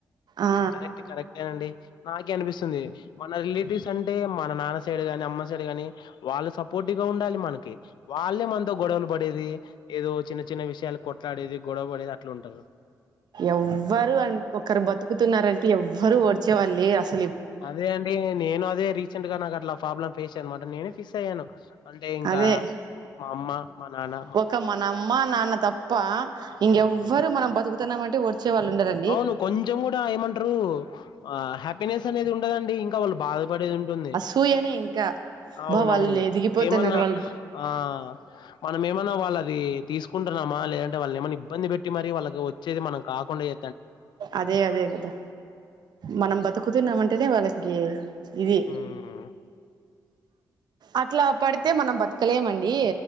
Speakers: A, on the right; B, on the left.
A: ఆ
B: కరెక్ట్ కరెక్టేనండి నాకే అనిపిస్తుంది మన రిలేటివ్స్ అంటే మన నాన్న సైడ్ గానీ అమ్మ సైడ్ గానీ వాళ్లు సపోర్టివ్ గా ఉండాలి మనకి వాళ్ళే మనతో గొడవలు బడేది ఏదో చిన్న చిన్న విషయాలు కొట్లాడేది గొడవ డేది అట్ల ఉంటరు
A: ఎవ్వరూ అన్ ఒకరు బతుకుతున్నారంటే ఎవ్వరు ఓడ్చేవాళ్లు లేర్ అస్
B: అదే అండి నేను అదే రీ రీసెంట్ గా నాక్ అట్ల ఫ్రాబ్లం ఫేస్ అన్నమాట నేనే ఫిస్ అయ్యాను అంటే ఇంకా
A: అదే
B: మా అమ్మ మా నాన
A: ఒక మన అమ్మా నాన్న తప్పా ఇంగెవ్వరు
B: ఉమ్.
A: మనం బతుకుతున్నాం అంటే వోడ్చే వాళ్ళు ఉండరన్
B: అవును కొంచెం గూడా ఏమంటరూ ఆ హ్యాపీనెస్ అనేది ఉండదండి ఇంకా వాళ్ళు బాధపడేదుంటుంది
A: సూయనే ఇంకా
B: అవునవును
A: అబ్బా వాళ్ళు ఎదిగిపోతున్నారు
B: ఏమన్నా
A: వాళ్ళు
B: హ్ ఆ మనం ఏమన్నా వాళ్ళదీ తీసుకుంటన్నమా లేదంటే వాళ్ళనేమన్న ఇబ్బంది పెట్టి మరీ వాళ్ళకు వచ్చేది మనం కాకుండ చే
A: అదే అదే గదా మనం బతుకుతున్నామంటేనే వాళ్ళకీ ఇది
B: ఊమ్
A: అట్లా పడితే మనం బతకలేమండీ